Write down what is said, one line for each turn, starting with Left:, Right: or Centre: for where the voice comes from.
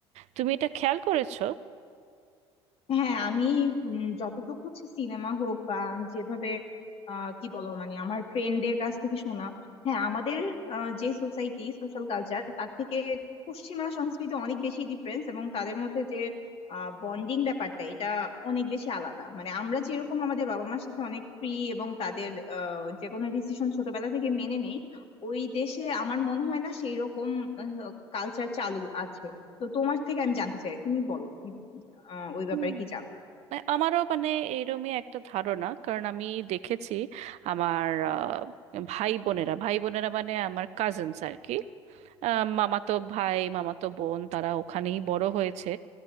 Right: তুমি এটা খেয়াল করেছো
Left: হ্যাঁ আমি উম, যতটুকু হচ্ছে সিনেমা হোক বা যেভাবে আহ, কি বলো মানে আমার ফ্রেন্ডদের কাছ থেকে শোনা হ্যাঁ আমাদের আহ, যে সোসাইটি সোশ্যাল কালচার তার থেকে পশ্চিমা সংস্কৃতি অনেক বেশি ডিফারেন্স এবং তাদের মধ্যে যে বন্ডিং ব্যাপারটা এটা অনেক বেশি আলাদা মানে আমরা যেরকম আমাদের বাবা মার সাথে অনেক ফ্রি এবং তাদের আহ, যে কোনো ডিসিশন ছোটবেলা থেকে মেনে নেই ওই দেশে আমার মনে হয় না সেই রকম কালচার চালু আছে তো তোমার থেকে আমি জানতে চাই তুমি বলো আহ ওই ব্যাপারে
Right: হুম
Left: কি জানো
Right: মানে আমারও মানে এইরমই একটা ধারণা কারণ আমি দেখেছি আমার আহ, ভাই বোনেরা ভাই বোনেরা মানে আমার কাজিনস আর কি আহ, মামাতো ভাই মামাতো বোন তারা ওখানেই বড় হয়েছে